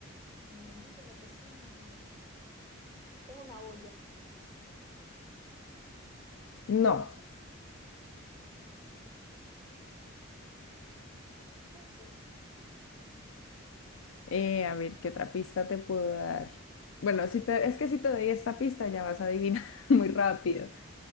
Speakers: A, on the left; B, on the left.
A: Un elemento de la cocina no es electro. Es una olla,
B: No.
A: no sé.
B: Eh, a ver, ¿qué otra pista te puedo dar? Bueno, si te- es que si te doy esta pista ya vas a adivinar <laughs> muy rápido.